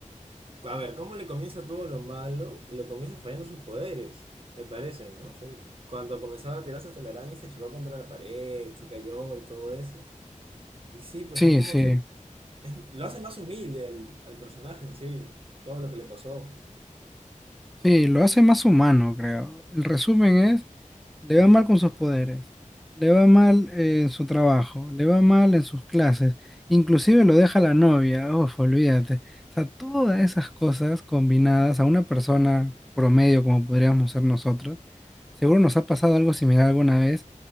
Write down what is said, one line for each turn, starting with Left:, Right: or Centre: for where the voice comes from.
Right: a ver, ¿cómo le comienza todo lo malo? Le comienza fallando sus poderes, me parece, ¿no? O sea, cuando comenzaba a tirarse hasta la araña y se chocó contra la pared, se cayó y todo eso. Y sí, pues
Centre: Sí,
Right: no es como
Centre: sí.
Right: que, es- lo hace más humilde al, al personaje en sí, todo lo que le pasó.
Centre: Sí, lo hace más humano, creo. El resumen es, le va mal con sus poderes, le va mal eh, en su trabajo, le va mal en sus clases, inclusive lo deja la novia, uf, olvídate. O sea, todas esas cosas combinadas a una persona promedio como podríamos ser nosotros, seguro nos ha pasado algo similar alguna vez